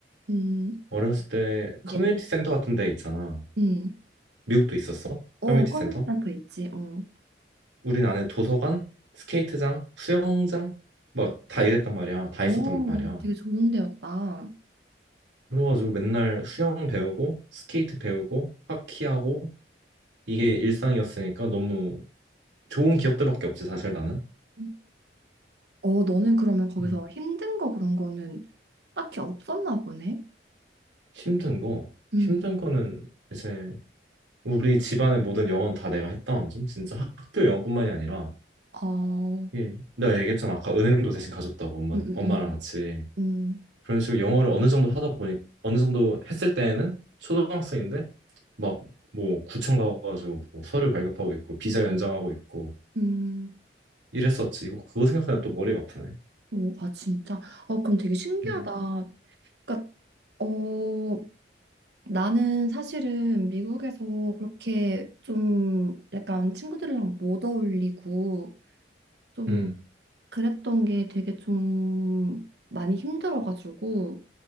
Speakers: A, on the right (about 65°); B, on the right (about 85°).
A: 음.
B: 어렸을 때
A: 이게,
B: 커뮤니티
A: 어,
B: 센터 같은 데 있잖아.
A: 음.
B: 미국도 있었어?
A: 어,
B: 커뮤니티
A: 커뮤니티
B: 센터?
A: 센터 있지. 어.
B: 우린 안에 도서관, 스케이트장, 수영장 막 다 이랬단 말이야. 다
A: 오,
B: 있었단 말이야.
A: 되게 좋은 데였다.
B: 그래가지고 맨날 수영 배우고 스케이트 배우고 하키하고 이게 일상이었으니까 너무 좋은 기억들밖에 없지 사실 나는.
A: 음. 어, 너는 그러면 거기서
B: 음.
A: 힘든 거 그런 거는 딱히 없었나 보네.
B: 힘든 거
A: 음,
B: 힘든 거는 이제 우리 집안의 모든 영어는 다 내가 했다는 점 진짜 학교 영어뿐만이 아니라
A: 어,
B: 예, 내가 얘기했잖아 아까 은행도 대신 가줬다고 엄마
A: 음, 음,
B: 엄마랑
A: 음,
B: 같이
A: 음,
B: 그런 식으로 영어를 어느 정도 하다 보니 어느 정도 했을 때에는 초등학생인데 막 뭐 구청 가가지고 뭐 서류 발급하고 있고 비자 연장하고 있고
A: 음.
B: 이랬었지. 이거 그거 생각하면 또 머리가 아프네.
A: 오, 아, 진짜. 어, 그럼 되게 신기하다.
B: 음.
A: 그러니까, 어, 나는 사실은 미국에서 그렇게 좀 약간 친구들이랑 못 어울리고 좀
B: 음,
A: 그랬던 게 되게 좀 많이 힘들어가지고